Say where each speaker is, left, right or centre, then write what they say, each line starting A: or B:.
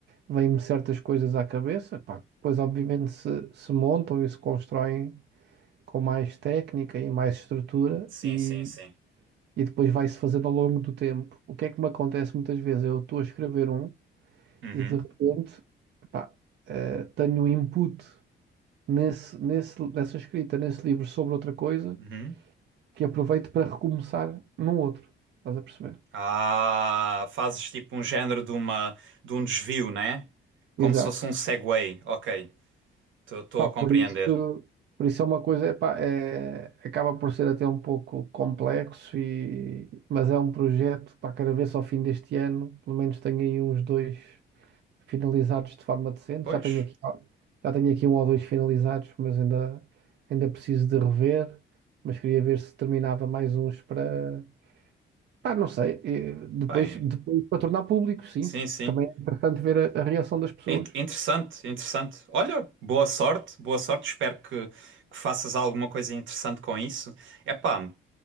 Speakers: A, on the right (about 60°); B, on the right (about 75°).
A: vêm-me certas coisas à cabeça, pá, depois obviamente se, se montam e se constroem com mais técnica e mais estrutura
B: Sim,
A: e,
B: sim, sim.
A: e depois vai-se fazendo ao longo do tempo. O que é que me acontece muitas vezes? Eu estou a escrever um
B: Uhum.
A: e de repente, pá, eh, tenho um input nesse, nesse, nessa escrita, nesse livro sobre outra coisa
B: Uhum.
A: que aproveito para recomeçar num outro. Estás a perceber?
B: Ah, fazes tipo um género de uma de um desvio, né? Como
A: Exato.
B: se fosse um segue. Ok, estou
A: Pá,
B: a
A: por
B: compreender.
A: isso, por isso é uma coisa, epá, é, acaba por ser até um pouco complexo, e, mas é um projeto, pá, quero ver se ao fim deste ano, pelo menos tenho aí uns dois. finalizados de forma decente.
B: Pois,
A: Já tenho aqui, já tenho aqui um ou dois finalizados, mas ainda, ainda preciso de rever. Mas queria ver se terminava mais uns para. Pá, não sei. eh, Depois,
B: bem,
A: depois para tornar público, sim,
B: sim,
A: porque
B: sim.
A: também é importante ver a, a reação das pessoas.
B: In- interessante, interessante. Olha, boa sorte, boa sorte. Espero que, que faças alguma coisa interessante com isso. Epá,